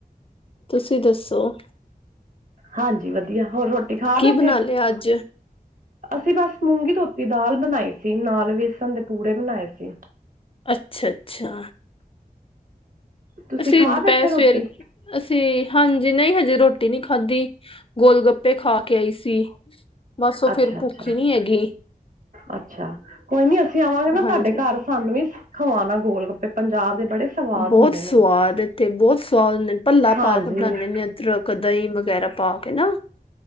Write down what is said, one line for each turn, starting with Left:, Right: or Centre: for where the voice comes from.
Left: ਤੁਸੀਂ ਦੱਸੋ?
Right: ਹਾਂਜੀ ਵਧੀਆ ਹੋਰ ਰੋਟੀ ਖਾ
Left: ਕੀ
Right: ਬੈਠੇ?
Left: ਬਣਾ ਲਿਆ ਅੱਜ
Right: ਅਸੀਂ ਬਸ ਮੂੰਗੀ ਧੋਤੀ ਦਾਲ ਬਣਾਈ ਸੀ ਨਾਲ ਵੇਸਣ ਦੇ ਪੂੜੇ ਬਣਾਏ ਸੀ।
Left: ਅੱਛਾ-ਅੱਛਾ।
Right: ਤੁਸੀਂ
Left: ਅਸੀਂ
Right: ਖਾ
Left: ਦੁਪੈਰ,
Right: ਬੈਠੇ
Left: ਸਵੇਰ
Right: ਰੋਟੀ
Left: ਅਸੀਂ ਹਾਂਜੀ ਨਈ ਹਜੇ ਰੋਟੀ ਨੀ ਖਾਧੀ, ਗੋਲ ਗੱ ਪੇ ਖਾ ਕੇ ਆਈ ਸੀ। ਬਸ ਉਹ
Right: ਅੱਛਾ-ਅੱਛਾ,
Left: ਫਿਰ ਭੁੱਖ ਹੀ ਨਹੀਂ ਹੈਗੀ
Right: ਅੱਛਾ ਕੋਈ ਨੀ ਅਸੀਂ ਆਵਾਂਗੇ ਨਾ
Left: ਹਾਂਜੀ
Right: ਤੁਹਾਡੇ ਘਰ ਸਾਨੂੰ ਵੀ ਖਵਾਣਾ ਗੋਲ ਗੱਪੇ ਪੰਜਾਬ ਦੇ ਬੜੇ ਸਵਾਦ
Left: ਬੋਤ
Right: ਹੁੰਦੇ
Left: ਸਵਾਦ
Right: ਨੇ
Left: ਇੱਥੇ ਬੋ ਸਵਾਦ ਹੁੰਦੇ ਨੇ ਭੱਲਾ
Right: ਹਾਂਜੀ
Left: ਪਾ ਕੇ ਬਣਾਦੇ ਨੇ ਅਦਰ ਕ, ਦਈ ਵਗੈਰਾ ਪਾ ਕੇ ਨਾ।